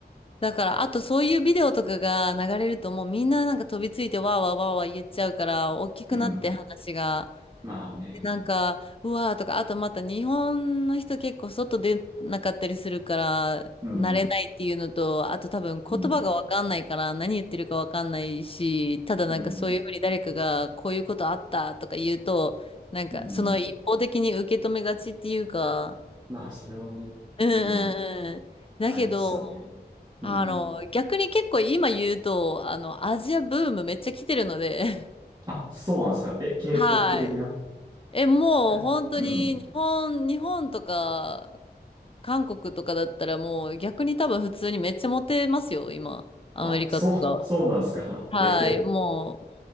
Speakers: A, on the left; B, on the right.
A: だから、あとそういうビデオとかが流れるともうみんななんか飛びついてわーわーわーわー言っちゃうから、大きくなって話が。
B: うん、まあね、
A: なんか、うわーとか、あとまた日本の人結構外出なかったりするから、
B: うん、
A: 慣れないっていうのと、あと多分言葉がわかんないから何言ってるかわかんないし、
B: うん、
A: ただなんかそういうふうに誰かがこういうことあったとか言うと、
B: うん、
A: なんかその一方的に受け止めがちっていうか、
B: うん、まあそれはね、
A: うんうんうん。
B: うん。
A: だけど、
B: ありますよね。うん。
A: あの、逆に結構今言うと、あの、アジアブームめっちゃ来てるので、<laughs>
B: あ、そうなんですか。え、K-POP
A: はい。
B: 的な
A: え、もう本当に日本、
B: たうん。
A: 日本とか韓国とかだったらもう逆に多分普通にめっちゃモテますよ、今。アメリカとか。
B: あ、そう、そうなんですか。
A: はい。
B: <laughs> えー、
A: もう